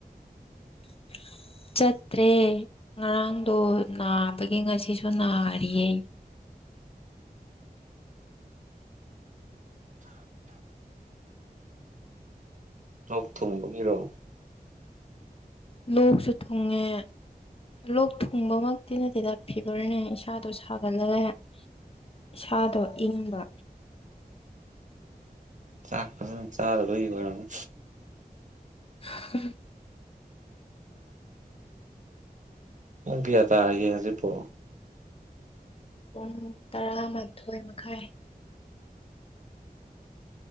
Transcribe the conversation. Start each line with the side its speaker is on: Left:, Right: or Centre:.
Left: <inaudible> ꯆꯠꯇ꯭ꯔꯦ ꯉꯔꯥꯡꯗꯣ ꯅꯥꯕꯒꯤ ꯉꯁꯤꯁꯨ ꯅꯥꯔꯤꯌꯦ
Right: ꯂꯣꯛ ꯊꯨꯡꯕꯒꯤꯔꯣ
Left: ꯂꯣꯛꯁꯨ ꯊꯨꯡꯉꯦ ꯂꯣꯛ ꯊꯨꯡꯕꯃꯛꯇꯤ ꯅꯠꯇꯦꯗ ꯐꯤꯚꯔꯅꯦ ꯏꯁꯥꯗꯣ ꯁꯥꯒꯠꯂꯒꯅꯦ ꯏꯁꯥꯗꯣ ꯏꯪꯕ
Right: ꯆꯥꯛ ꯐꯖꯅ ꯆꯥꯗꯕꯒꯤ ꯑꯣꯏꯔꯝꯒ
Left: <inaudible>
Right: ꯄꯨꯡ ꯀꯌꯥ ꯇꯥꯔꯒꯦ ꯍꯧꯖꯤꯛꯄꯣ
Left: ꯄꯨꯡ ꯇꯔꯥꯃꯥꯊꯣꯏ ꯃꯈꯥꯏ